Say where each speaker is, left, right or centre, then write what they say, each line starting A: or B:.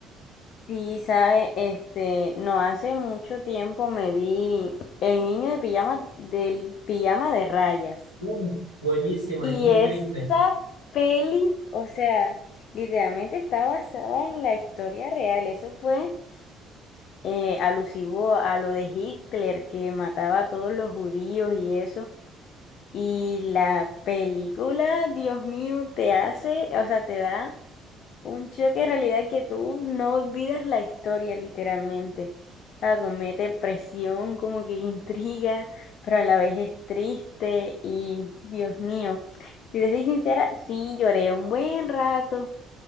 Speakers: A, on the left; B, on the left.
A: Sí, sabe, este, no hace mucho tiempo me vi El niño de pijama del pijama de rayas.
B: Uh, buenísima
A: Y
B: y muy
A: esa
B: triste.
A: peli, o sea, literalmente está basada en la historia real. Eso fue eh, alusivo a lo de Hitler que mataba a todos los judíos y eso. Y la película, Dios mío, te hace, o sea, te da un choque de realidad que tú no olvidas la historia literalmente. Ah, comete presión, como que intriga, pero a la vez es triste y Dios mío, si te soy sincera, sí lloré un buen rato,